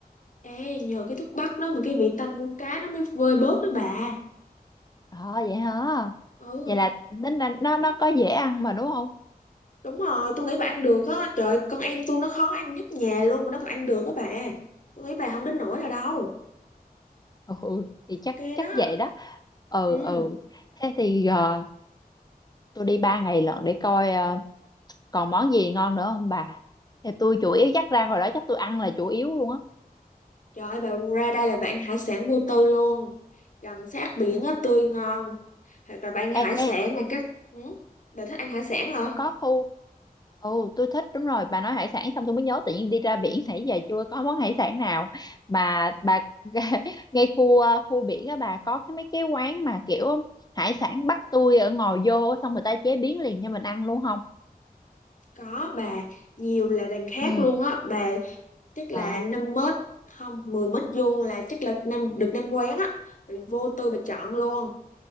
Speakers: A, on the left; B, on the left.
A: ê nhờ cái thuốc bắc đó mà cái vị tanh của cá nó mới vơi bớt đó bà
B: Ờ vậy hả?
A: ừ
B: Vậy là tính là nó nó có dễ ăn mà đúng không?
A: đúng rồi tôi nghĩ bà ăn được á trời con em tôi nó khó ăn nhất nhà luôn mà nó còn ăn được á bà tôi nghĩ bà không đến nỗi nào đâu
B: ừ thì
A: ok
B: chắc chắc
A: đó
B: vậy đó ừ
A: ừ
B: ừ thế thì ờ, tôi đi ba ngày lận để coi ờ, còn món gì ngon nữa không bà thì tôi chủ yếu chắc ra hồi đó chắc tôi ăn là chủ yếu luôn á
A: trời ơi, bà ra đây là bạn hải sản vô tư luôn gần sát biển á tươi ngon hoặc là bà ăn hải
B: ê,
A: sản
B: ê
A: này các ừ. bà thích ăn hải sản hả
B: có khu ừ tôi thích đúng rồi bà nói hải sản xong tôi mới nhớ tự nhiên đi ra biển nãy giờ chưa có món hải sản nào mà bà <laughs> ngay khu ờ, khu biển á bà có cái mấy cái quán mà kiểu hải sản bắt tôi ở ngồi vô xong người ta chế biến liền cho mình ăn luôn không
A: có bà nhiều là đằng khác
B: Ừ.
A: luôn á bà chắc là
B: ờ
A: năm mét không 10 mét vuông là chắc là năm được năm quán á bà vô tư bà chọn luôn